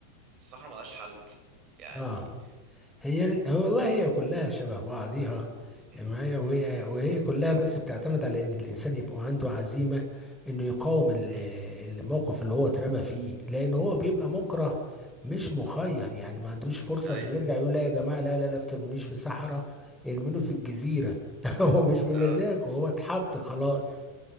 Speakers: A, on the right; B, in the centre.
A: الصحراء ملهاش حل يعني
B: اه هي لت... هو والله هي كلها شبه بعضيها
A: م-
B: معايا وهي وهي كلها بس بتعتمد على ان الانسان يبقى عنده عزيمه انه يقاوم ال-
A: م-
B: الموقف اللي هو اترمى فيه لان هو بيبقى مكره مش مخير يعني ما عندوش فرصه
A: أيوه
B: انه يرجع يقول لا يا جماعه لا لا لا ما ترمونيش في الصحراء ارموني في الجزيره <laughs> هو مش بمزاجه
A: <laughs>
B: هو اتحط خلاص